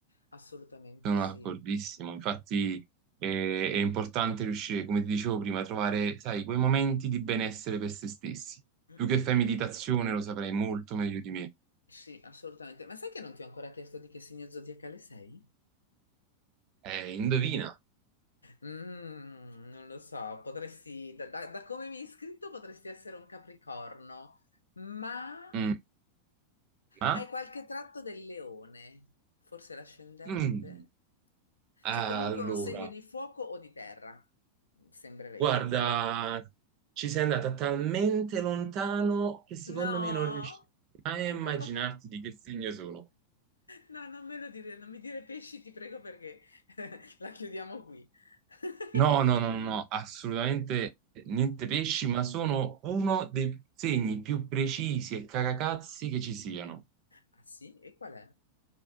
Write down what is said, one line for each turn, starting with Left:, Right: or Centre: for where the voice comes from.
Left: assolutamente
Right: Sono
Left: sì.
Right: d'accordissimo, infatti eh, è importante riuscire, come ti dicevo prima, a trovare, sai, quei momenti di benessere per se stessi.
Left: Mm,
Right: Tu che
Left: mm.
Right: fai meditazione lo saprai molto meglio di me.
Left: Sì, assolutamente. Ma sai che non ti ho ancora chiesto di che segno zodiacale sei?
Right: Eh, indovina.
Left: Mm, non lo so, potresti, da, da- da come mi hai iscritto potresti essere un capricorno, ma
Right: Mm, ma?
Left: hai qualche tratto del leone, forse l'ascendente?
Right: Mm, Allora,
Left: Cioè comunque un segno di fuoco o di terra, sembreresti.
Right: guarda, ci sei andata talmente lontano che secondo
Left: No,
Right: me non riuscirai mai a
Left: <laughs>
Right: immaginarti di che segno sono.
Left: no, non me lo dire, non mi dire pesci, ti prego, perché <laughs> la chiudiamo qui. <laughs>
Right: No, no, no, no, no, assolutamente niente pesci, ma sono uno dei segni più precisi e caracazzi che ci siano.
Left: Ah sì? E qual è?